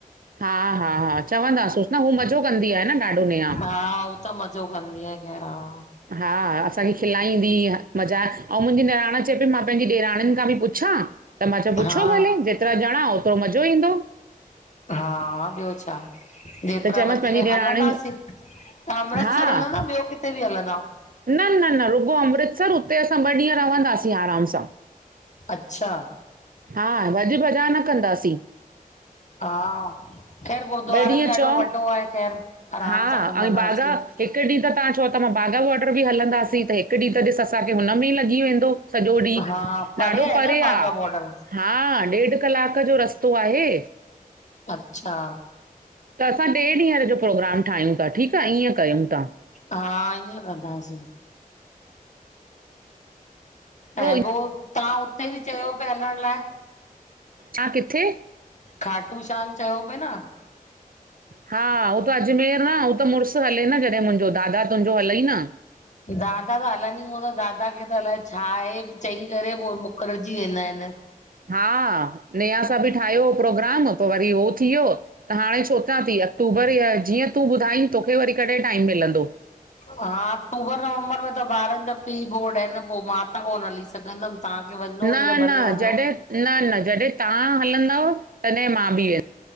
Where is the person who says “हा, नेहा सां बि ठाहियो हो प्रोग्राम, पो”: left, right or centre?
Right